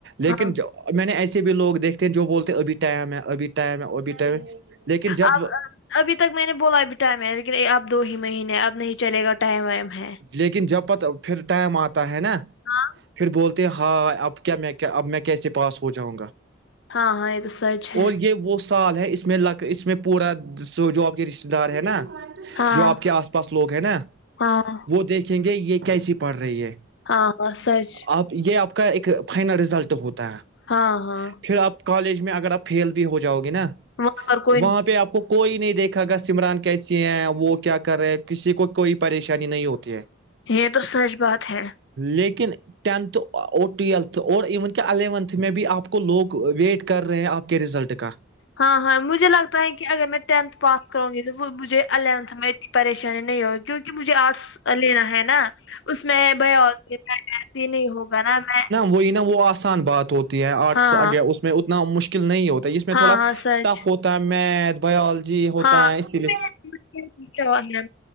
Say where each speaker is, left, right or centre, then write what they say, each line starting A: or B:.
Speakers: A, on the right (about 55°); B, on the left (about 65°).
A: لیکن
B: ہاں
A: جو میں نے ایسے بھی لوگ دیکھتے ہیں جو بولتے ہیں ابھی ٹائم ہے ابھی ٹائم ہے ابھی ٹائم لیکن جب
B: آ ابھی تک میں نے بولا ابھی ٹائم ہے لیکن اب دو ہی مہینے اب نہیں چے گا ٹائم وائم ہے
A: لیکن جب پت پھر ٹائم آتا ہے نا
B: ہاں
A: پھر بولتے ہیں ہاں اب کیا میں اب میں کیسے پاس ہو جاؤں گا
B: ہاں ہاں یہ تو سچ ہے
A: اور یہ وہ سال ہے اس میں ل اس میں پورا س جاب کے رشتتے دار ہے نا
B: ہاں
A: جو آپ کے آس پاس لوگ ہیں نا
B: ہاں
A: وہ دیکھیں گے یہ کیسی پڑھ رہی ہے
B: ہاں ہاں سچ
A: اب یہ آپ کا ایک فائنل ریزلٹ ہوتا ہے
B: ہاں ہاں
A: پھر آپ کالج میں اگر آپ فیل بھی ہو جاؤ گے نا
B: وہاں پر کوئی
A: وہاں پہ آپ کو کوئی نہیں دیکھا گا سمران کیسی ہیں وہ کیا کر رہے ہیں کسی کو کوئی پریشانی نہیں ہوتی د
B: یہ تو سچ بات ہے
A: لیکن ٹینتھ اور ٹویلتھ اور ایون کہ الیونتھ میں بھی آپ کو لوگ ویٹ کر رہے ہیں آپ کیا کے رزلٹ کا
B: ہاں ہاں مجھے لگتا ہے کہ اگر میں ٹینتھ پاس کروں گی تو مجھے الیونتھ میں اتنی پریشانی نہیں ہوگی کیونکہ مجھے آرٹس لینا ہے نا اس میں بھائی اور رہتی ہی نہیں ہوگا نا میں
A: وہی نا وہ آسان بات ہوتی ہے آرٹس
B: ہاں
A: آگ اس میں اتنا مشکل نہیں ہوتا ج میں
B: ہاں
A: تھوڑا
B: ہاں سچ
A: ٹف ہوتا ہے میتھ بایولوجی ہوتا
B: ہاں
A: ہے اسی لیے
B: ہے